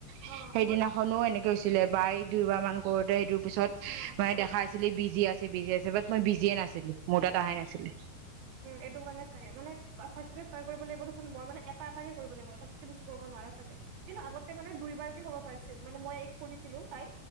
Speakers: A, on the right; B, on the right.
A: অ
B: সেইদিনাখনো এনেকে। গৈছিলে বাই দুইবাৰ মান কৰোতে সেইটো। পিছত
A: অ
B: মানে, দেখা আছিলে বিজ। বিজি আছে বিজি আছে বাট মই বিজিয়ে নাছিলো মোৰ তাত অহাই নাছিলে।
A: এইটো কাৰণে চাগে মানে, লাগিব মই মানে এটা এটে কৰিব লাগিব, তাতকে বেছি কৰিব নোৱাৰা চাগে কিন্তু আগতে মানে দুইবাৰকে কব পাৰিছিল মানে মই এক কৰিছিলো তাই।